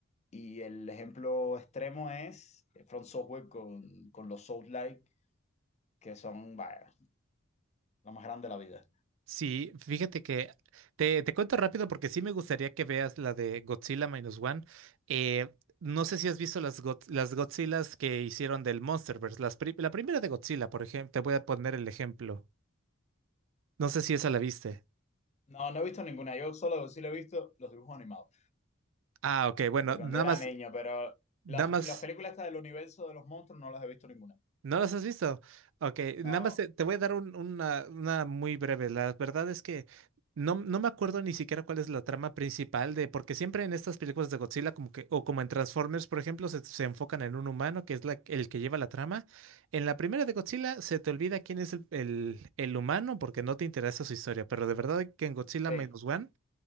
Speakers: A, on the left; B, on the right.
A: Y el ejemplo extremo es Front Software con, con los Souls-like, que son, vaya, lo más grande de la vida.
B: Sí, fíjate que te, te cuento rápido porque sí me gustaría que veas la de Godzilla Minus One. Eh, no sé si has visto las, Go- las Godzillas que hicieron del Monsterverse. Las pri- la primera de Godzilla, por ejemplo, te voy a poner el ejemplo. No sé si esa la viste.
A: No, no he visto ninguna. Yo solo sí lo he visto los dibujos animados,
B: Ah, ok, bueno,
A: de cuando
B: nada
A: era
B: más,
A: niño, pero
B: nada
A: las,
B: más.
A: las películas estas del universo de los monstruos no las he visto ninguna.
B: ¿No las has visto? Ok,
A: No,
B: nada más te, te voy a dar un- una, una muy breve. La verdad es que no, no me acuerdo ni siquiera cuál es la trama principal de, porque siempre en estas películas de Godzilla, como que, o como en Transformers, por ejemplo, se, se enfocan en un humano que es la- el que lleva la trama. En la primera de Godzilla se te olvida quién es el, el- el humano porque no te interesa su historia, pero de verdad que en Godzilla
A: sí.
B: Minus One.